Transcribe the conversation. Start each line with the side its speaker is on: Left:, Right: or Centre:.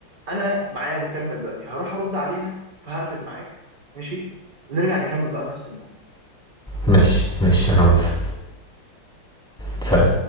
Right: انا معايا مكالمه دلوقتي هروح ارد عليها فهقفل معاك ماشي ونرجع نكمل بقى في نفس الموضوع
Centre: ماشي ماشي انا موافق سلام